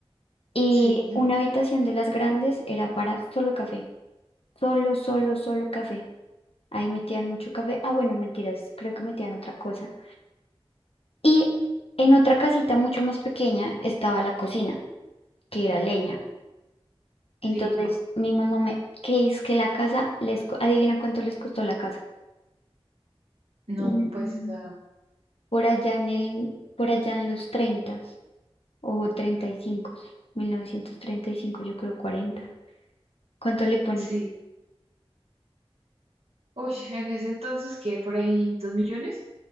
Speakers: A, on the left; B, on the right.
A: Y
B: sí,
A: una habitación de las grandes era para solo café, solo, solo, solo café. Ahí metían mucho café. Ah, bueno, mentiras, creo que metían otra cosa. Y en otra casita mucho más pequeña estaba la cocina, que era leña.
B: sí.
A: Entonces mi mamá me, que es que la casa les, co- adivina cuánto les costó la casa.
B: No,
A: Mm,
B: pues, o sea,
A: Por allá en el, por allá en los 30 o treinta treinta y cinco mil novecientos treinta y cinco yo creo cuarenta ¿Cuánto le pones?
B: sí. Uy, en ese entonces, ¿qué? ¿Por ahí dos millones?